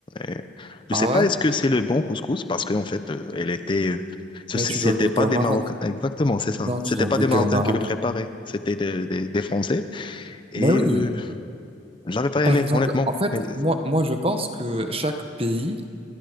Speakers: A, on the left; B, on the right.
A: Et je
B: ah
A: sais pas,
B: ouais?
A: est-ce que c'est le bon couscous parce qu'en fait, euh, elle était, euh, ce-
B: Mais
A: ce-
B: tu
A: c'était
B: dois le goûter
A: pas
B: au
A: des
B: Maroc.
A: Marocains, exactement, c'est ça.
B: Non, tu
A: C'était
B: dois
A: pas
B: le goûter
A: des Marocains
B: au Maroc.
A: qui le préparaient, c'était des, des, des Français et
B: Mais oui.
A: euh, je l'avais pas
B: Par
A: aimé,
B: exemple,
A: honnêtement.
B: en fait,
A: Mais
B: moi, moi, je pense que chaque pays